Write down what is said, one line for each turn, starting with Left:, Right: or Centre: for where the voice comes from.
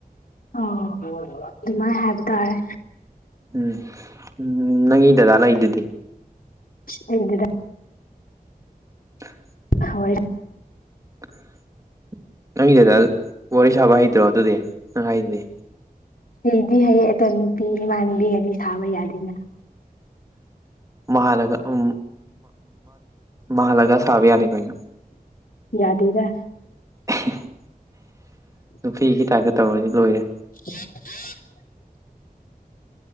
Left: ꯑꯣ ꯑꯗꯨꯃꯥꯏ ꯍꯥꯏ ꯇꯔꯦ
Right: ꯎꯝ ꯎꯝ ꯅꯪꯒꯤ ꯗꯗꯥ ꯂꯩꯗꯨꯗꯤ
Left: ꯗꯗ
Right: <unintelligible>
Left: ꯍꯣꯏ
Right: <unintelligible> ꯅꯪꯒꯤꯗꯨꯗ ꯋꯥꯔꯤ ꯁꯥꯕ ꯍꯩꯇ꯭ꯔꯣ ꯑꯗꯨꯗꯤ ꯅꯪ ꯍꯥꯏꯗꯨꯗꯤ
Left: ꯑꯩꯗꯤ ꯍꯌꯦꯡ ꯑꯇꯣ ꯅꯨꯄꯤ ꯏꯃꯥꯟꯅꯕꯤꯒꯗꯤ ꯁꯥꯕ ꯌꯥꯗꯦꯅ
Right: ꯃꯂꯒ ꯎ ꯃꯥꯂꯒꯥꯁꯕꯤ ꯑꯅꯤ ꯀꯅ
Left: ꯌꯥꯗꯦꯗ
Right: <unintelligible> ꯅꯨꯄꯤꯒꯤ ꯊꯥꯒ ꯇꯧꯔꯗꯤ ꯂꯣꯏꯔꯦ
Left: <unintelligible>